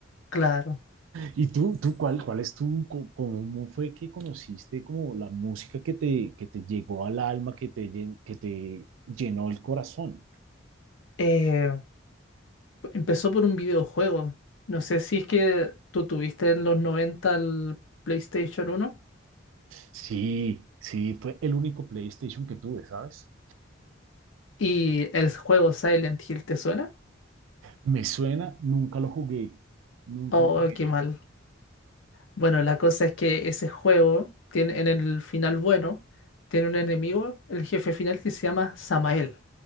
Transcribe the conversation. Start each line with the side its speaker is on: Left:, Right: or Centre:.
Left: claro.
Right: ¿Y tú, tú cuál, cuál es tu, co- cómo fue que conociste como la música que te, que te llegó al alma, que te, llen- que te llenó el corazón?
Left: Eh, empezó por un videojuego. No sé si es que tú tuviste en los 90 el PlayStation uno
Right: Sí, sí, fue el único PlayStation que tuve, ¿sabes?
Left: y el juego Silent Hill, ¿te suena?
Right: Me suena, nunca lo jugué, nunca
Left: Oh,
Right: lo jugué.
Left: qué mal. Bueno, la cosa es que ese juego tiene en el final bueno, tiene un enemigo, el jefe final que se llama Samael.